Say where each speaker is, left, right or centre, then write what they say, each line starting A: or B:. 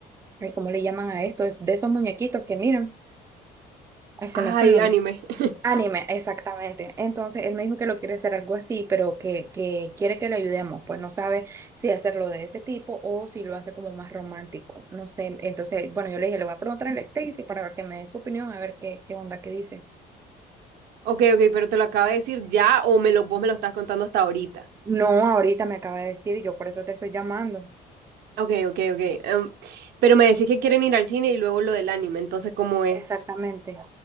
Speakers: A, on the right (about 15°); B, on the right (about 70°).
A: ay, ¿cómo le llaman a esto? Es de esos muñequitos que miran. Ay, se
B: Ay,
A: me fue el nombre.
B: anime. <laughs>
A: Anime, exactamente. Entonces él me dijo que lo quiere hacer algo así, pero que, que quiere que le ayudemos. Pues no sabe si hacerlo de ese tipo o si lo hace como más romántico. No sé. Entonces, bueno, yo le dije, le voy a preguntar a Stacy para ver que me dé su opinión, a ver qué, qué onda, qué dice.
B: Ok, ok, pero te lo acabo de decir ya o me lo, vos me lo estás contando hasta ahorita.
A: No, ahorita me acaba de decir y yo por eso te estoy llamando.
B: Ok, ok, ok. em, pero me decís que quieren ir al cine y luego lo del anime, entonces, ¿cómo es?
A: Exactamente.